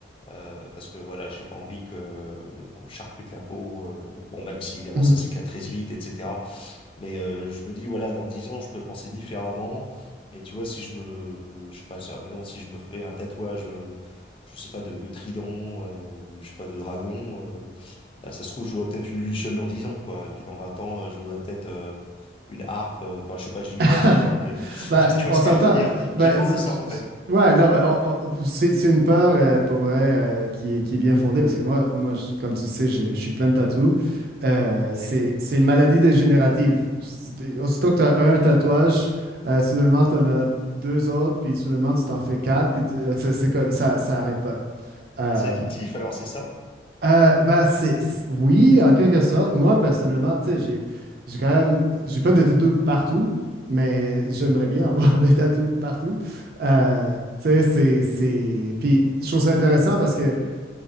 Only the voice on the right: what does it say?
<clears throat>
<laughs>
Ben,
on
s'entend.
Ben,
j-
j- ouais, non, ben, on- on- c'est c'est une peur, euh, pour vrai, euh, qui est, qui est bien fondée parce que moi, moi je- comme tu le sais, j'ai- je suis plein de tatous. Euh,
c'est c'est une maladie dégénérative. C'est- Aussitôt que tu as un tatouage,
euh, soudainement, tu en as deux autres, puis soudainement, tu t'en fais quatre, puis tu- euh, c'est c'est comme ça, ça arrête pas. Euh,
euh, ben, c'est, c'est- oui,
en quelque sorte. Moi, personnellement, tu sais, j'ai, j'ai quand même, j'ai pas de tatou partout, mais j'aimerais bien avoir <laughs> des tatous partout. Euh, tu sais, c'est, c'est... Puis, je trouve ça intéressant parce que,